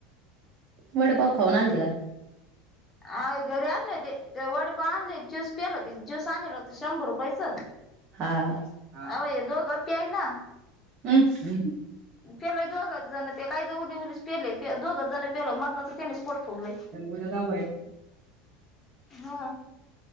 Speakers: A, on the right; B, on the left.
A: वडं पाव खाऊन आलते काय?
B: आइ घरी आणल्य ते ते वडे पाव आणले ज्यूस पियल होती, ज्यूस आणेर होती, शंभर रुपयचं
A: हा हा
B: आवय दोघं प्ययना
A: <unintelligible>
B: प्यालाय दोघं जणं ते काय ज उली-उलीस प्याले पे दोघं जणं प्याला, मारणच त्यानेच पोट फुगलाय
A: उद्या जाऊ
B: हा.